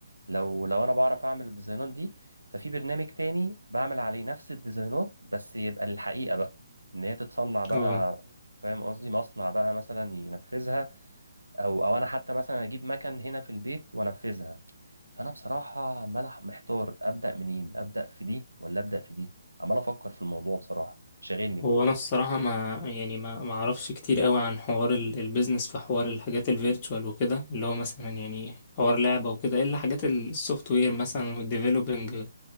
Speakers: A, on the right (about 85°); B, on the left (about 30°).
A: لو لو انا بعرف اعمل الديزاينات دي ففي برنامج تاني بعمل عليه نفس الديزاينات بس يبقى للحقيقة بقى ان هي تتصنع بقى
B: اه
A: فاهم قصدي مصنع بقى مثلا ينفذها او او انا حتى مثلا اجيب مكن هنا في البيت وانفذها فانا بصراحه عمال أح- محتار ابدا منين ابدا في دي ولا ابدا في دي عمال افكر في الموضوع بصراحه شاغلني
B: هو
A: برضه
B: انا الصراحة ما يعني ما ما اعرفش كتير قوي عن حوار ال- البيزنس في حوار الحاجات الفيرتشوال وكده اللي هو مثلا يعني حوار لعبة وكده الا حاجات ال- السوفت وير مثلا والديفلوبينج